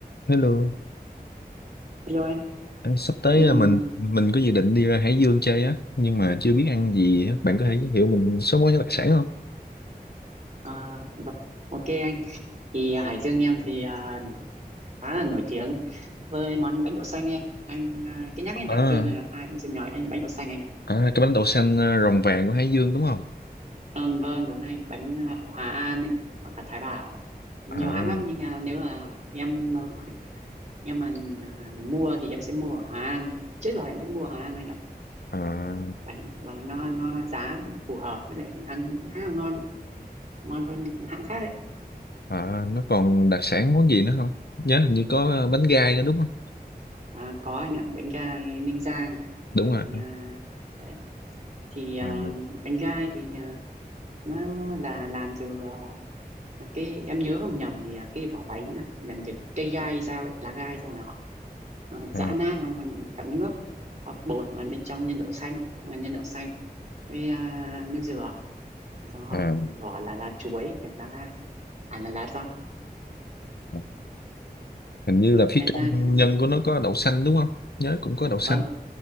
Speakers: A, on the left; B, on the right.
A: Hello,
B: Hello anh,
A: anh sắp tới
B: Ừm,
A: à, mình mình có dự định đi ra Hải Dương chơi á, nhưng mà chưa biết ăn gì á. Bạn có thể giới thiệu mình số món đặc sản không?
B: à, vâng. ok anh. Thì à, Hải Dương em thì à, khá là nổi tiếng với món bánh đậu xanh ấy. Anh à, cứ nhắc đến
A: À,
B: Hải Dương là ai cũng sẽ nhớ đến bánh đậu xanh anh ạ.
A: à cái bánh đậu xanh à, rồng vàng của Hải Dương đúng không?
B: Ừm, vâng đúng anh, bánh à, Hòa An ấy hoặc là Thái Bảo, nhiều
A: À,
B: hãng lắm nhưng à, nếu là em à, khuyên- em mà à, mua thì em sẽ mua ở Hòa An. Trước giờ em vẫn mua ở Hòa An anh ạ.
A: à,
B: Bánh và nó nó giá cũng phù hợp với lại ăn khá là ngon, ngon hơn những hãng khác ấy.
A: à nó còn đặc sản món gì nữa không? Nhớ hình như có à, bánh gai nữa đúng không?
B: À, có anh ạ, bánh gai Ninh Giang,
A: Đúng
B: bánh
A: rồi.
B: à, đấy thì à,
A: À,
B: bánh gai thì à, nó là làm từ à, cái em nhớ không nhầm thì à, cái vỏ bánh là làm từ cái cây gai hay sao ấy, lá gai xong rồi họ à, giã
A: à,
B: nát ra thành tạo nước có bột và bên trong nhân đậu xanh cũng là nhân đậu xanh với à, nước dừa Thế xong họ
A: à,
B: vỏ là lá chuối hoặc là lá gai à là lá rong
A: à. Hình như là phía
B: ngoài
A: trong
B: ra thì
A: nhân của nó có đậu xanh đúng không? Nhớ cũng có đậu xanh.
B: vâng